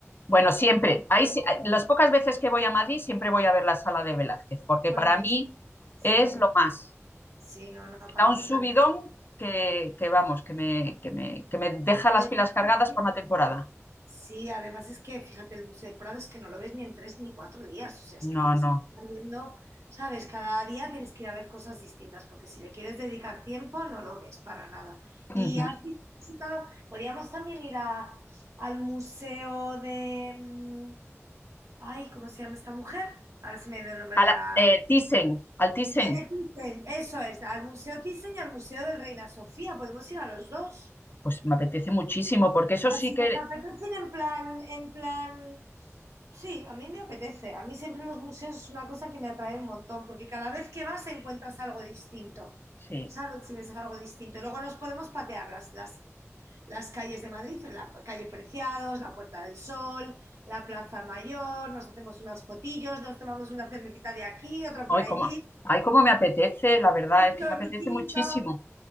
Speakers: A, on the left (about 45°); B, on the right (about 65°).
A: Bueno, siempre. Ahí, sí- eh, las pocas veces que voy a Madrid, siempre voy a ver la sala de Velázquez, porque
B: Bueno,
A: para
B: no
A: mí
B: sé.
A: es lo más.
B: Sí, no, no,
A: Me
B: para
A: Da un
B: mí también.
A: subidón que, que vamos, que me, que me, que me deja
B: Además,
A: las pilas cargadas
B: es que-
A: para una temporada.
B: sí, además es que, fíjate, el Museo del Prado es que no lo ves ni en tres ni cuatro días, o sea, es que
A: No,
B: tienes
A: no.
B: que estar viendo, ¿sabes? Cada día tienes que ir a ver cosas distintas, porque si le quieres dedicar tiempo, no lo ves para nada. Y
A: Ujú.
B: has visitado, podríamos también ir a- al museo de, mm, ay, ¿cómo se llama esta mujer? Ahora se me dio el nombre
A: A
B: de
A: la-
B: la...
A: eh, Thyssen, al Thyssen,
B: eh, Thyssen, eso es, al Museo Thyssen y al Museo del Reina Sofía, podemos ir a los dos.
A: pues me apetece muchísimo, porque eso sí
B: Si
A: que,
B: les apetece ir en plan, en plan, sí, a mí me apetece. A mí siempre los museos es una cosa que me atrae un montón, porque cada vez que vas encuentras algo distinto.
A: sí,
B: ¿Sabes si ves algo distinto? Y luego nos podemos patear las, las, las calles de Madrid, la calle Preciados, la Puerta del Sol, la Plaza Mayor, nos hacemos unas fotillos, nos tomamos una cervecita de aquí, otra
A: hoy
B: por allí,
A: como, ay, cómo me apetece, la verdad,
B: un
A: es
B: choricito,
A: que me apetece muchísimo.